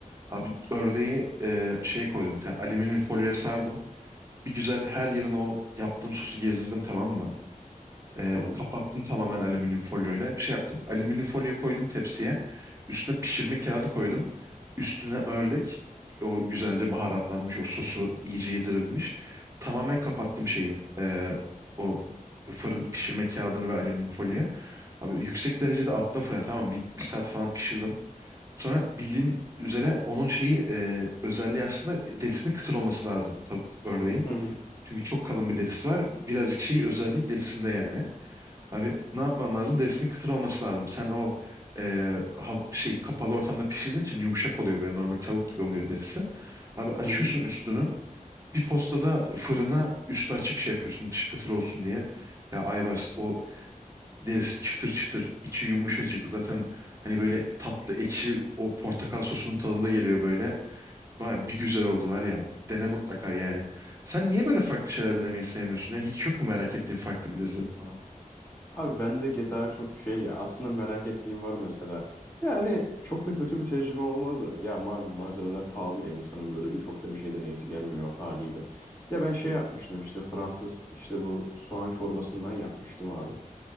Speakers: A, on the right; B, on the left.
A: Abi ördeği e, şeye koydum bir tane alüminyum folyoya sardım. Bir güzel her yerine o yaptığım sosu gezdirdim tamam mı? E,
B: Tamam.
A: kapattım tamamen alüminyum folyoyla. Şey yaptım. Alüminyum folyoyu koydum tepsiye. Üstüne pişirme kağıdı koydum. Üstüne ördek. O güzelce baharatlanmış. O sosu iyice yedirilmiş. Tamamen kapattım şeyi. E, o fırın pişirme kağıdını ve alüminyum folyoyu. Abi yüksek derecede attım fırına. Tamam bir, bir saat falan pişirdim. Sonra bildiğin üzere onun şeyi e, özelliği aslında derisinin kıtır olması lazım. Tabii ördeğin.
B: Hı hı.
A: Çünkü çok kalın bir derisi var. Birazcık şeyi özelliği derisinde yani. Abi ne yapman lazım? Derisinin kıtır olması lazım. Sen o e, hav- şey kapalı ortamda pişirdiğin için yumuşak oluyor böyle normal tavuk gibi oluyor derisi. Abi açıyorsun
B: Hı hı.
A: üstünü. Bir postada fırına üstü açık şey yapıyorsun dışı kıtır olsun diye. Ya Ayvars o derisi çıtır çıtır, içi yumuşacık. Zaten hani böyle tatlı ekşi o portakal sosunun tadında geliyor böyle. Var bir güzel oldu var ya. Dene mutlaka yani. Sen niye böyle farklı şeyler denemeyi sevmiyorsun ya? Hiç yok mu merak ettiğin farklı bir lezzet falan?
B: Abi bende ge- daha çok şey ya aslında merak ettiğim var mesela. Yani çok da kötü bir tecrübe olmadı. da. Ya malum malzemeler pahalı ya insanın böyle çok da bir şey deneyesi gelmiyor haliyle. Ya ben şey yapmıştım işte Fransız işte bu soğan çorbasından yapmıştım abi.